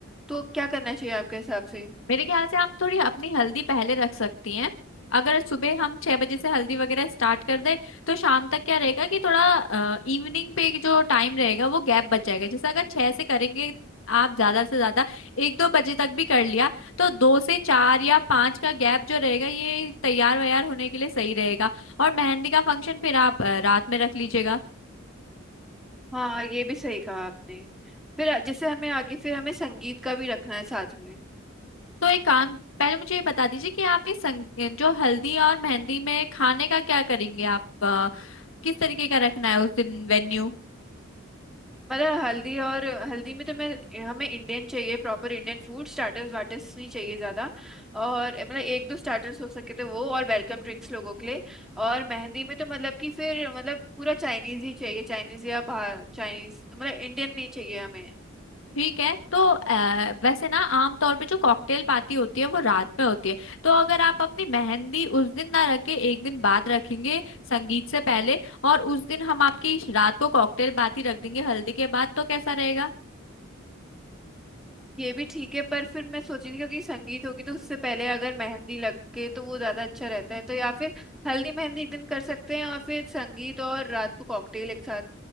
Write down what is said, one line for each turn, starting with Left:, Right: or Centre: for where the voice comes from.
Centre: तो क्या करना चाहिए आपके हिसाब से
Left: मेरे ख्याल से आप थोड़ी अपनी हल्दी पहले रख सकती हैं अगर सुबह हम छह बजे से हल्दी वगैरह स्टार्ट कर दें तो शाम तक क्या रहेगा कि थोड़ा इवनिंग पे जो टाइम रहेगा वो गैप बच जाएगा जैसे अगर छह से करेंगे आप ज्यादा से ज्यादा एक दो बजे तक भी कर लिया तो दो से चार या पांच का गैप जो रहेगा ये तैयार वैयार होने के लिए सही रहेगा और मेहंदी का फंक्शन फिर आप अ, रात में रख लीजिएगा
Centre: हाँ ये भी सही कहा आपने फिर जैसे हमें आगे फिर हमें संगीत का भी रखना है साथ में
Left: तो एक काम पहले मुझे ये बता दीजिए कि आप ये संग, जो हल्दी और मेहंदी में खाने का क्या करेंगे आप किस तरीके का रखना है उस दिन वेन्यू
Centre: मतलब हल्दी और हल्दी में तो मैं हमें इंडियन चाहिए proper Indian food starters waters नहीं चाहिए ज्यादा और मतलब एक दो स्टार्टर्स हो सके तो वो और वेलकम ड्रिंक्स लोगों के लिए और मेहंदी में तो मतलब कि फिर मतलब पूरा चाइनीज ही चाहिए चाइनीज या बाहर चाइनीज मतलब इंडियन नहीं चाहिए हमें
Left: ठीक है तो आ, वैसे ना आमतौर पे जो कॉकटेल पार्टी होती है वो रात में होती है तो अगर आप अपनी मेहंदी उस दिन ना रखे एक दिन बाद रखेंगे संगीत से पहले और उस दिन हम आपकी रात को कॉकटेल पार्टी रख देंगे हल्दी के बाद तो कैसा रहेगा
Centre: ये भी ठीक है पर फिर मैं सोच रही थी क्योंकि संगीत होगी तो उससे पहले अगर मेहंदी लग के तो वो ज्यादा अच्छा रहता है तो या फिर हल्दी मेहंदी एक दिन कर सकते हैं और फिर संगीत और रात को कॉकटेल एक साथ